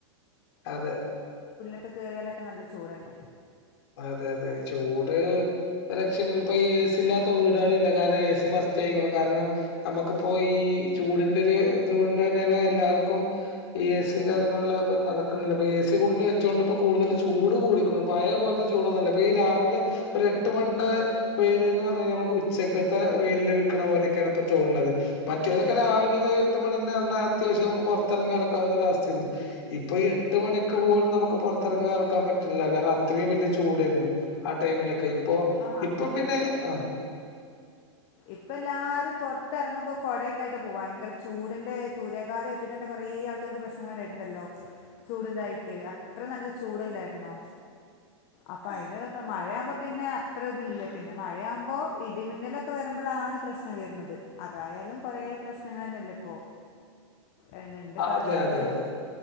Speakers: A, on the left; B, on the left.
A: അതെ
B: ത്ക്ക് കെർയാലൊക്കെ നല്ല ചൂടന്ന
A: അതെ തെ ചൂട് ഒരക്ഷില്ലല്ലോ പ്പ എ ഇല്ലാത്ത വീടുകള ഇില്ല കാരണം എ സി മസ്യായിക്കണം കാരണം നമുക്കിപ്പോ ഈ ചൂടിന്റെ ഒരു ഇതുകൊണ്ട് തന്നേണ് എല്ലാർക്കും ഈ എ സിയും കാര്യങ്ങളെല്ലാം നടക്കണില്ല എ സി കൂടുതൽ വെച്ചൊണ്ടിപ്പോ കൂടുതൽ ചൂട് കൂടിക്കണ പയേ പോലെ ചൂടന്ന ഈ രാവിലെ ഒരു എട്ട് മണീടെ വെയിലന്ന് പറഞ്ഞ് കഴിഞ്ഞാൽ നമുക്ക് ഉച്ചക്കത്തെ വെയില് നിക്കണ പോലെയൊക്കെയാണ് ഇപ്പോ തോന്നണത് മറ്റേതൊക്കെ രാവിലെ ഒരു എട്ട് മണീന്ന് പറഞ്ഞാൽ അത്യാവശ്യം നമുക്ക് പുറത്തിറങ്ങി നടക്കാവുന്ന ഒരു അവസ്ഥയാന്നു ഇപ്പൊ ഈ എട്ട് മണിക്ക് പോലും നമുക്ക് പുറത്തിറങ്ങി നടക്കാൻ പറ്റില്ല കാരണം അത്രയും വലിയ ചൂടാരുന്നു ആ ടൈമിലൊക്കെ ഇപ്പൊ
B: ആ
A: ഇപ്പൊ പിന്നെ ആ
B: ഇപ്പ എല്ലാരും പൊറത്തിറങ്ങുമ്പോ കൊടൊക്കായിട്ട് പൂവാ ഭയങ്കര ചൂടിന്റെ സൂര്യാഘാതം ഏറ്റിട്ടന്നെ കൊറേ ആൾക്കാർക്ക് പ്രശ്നങ്ങളി ണ്ടായിട്ടുണ്ടല്ലോ ചൂടിന്റായിട്ട് അത്ര നല്ല ചൂടല്ലായിരുന്നോ അപ്പൊ അതിതൊക്കെ മഴയാകുമ്പോ പിന്നെ അത്ര ഇതില്ല പിന്നെ മഴയാകുമ്പോ ഇടിമിന്നലൊ ഒക്കെ വരുമ്പോളാണ് പ്രശ്നം വരുന്നത് അതായാലും കൊറെ പ്രശ്നങ്ങളന്നെയല്ലേ ഇപ്പൊ എങ്ങനെണ്ട്
A: അ-
B: കാലാവസ്ഥത്
A: അതെ അതെ അതെ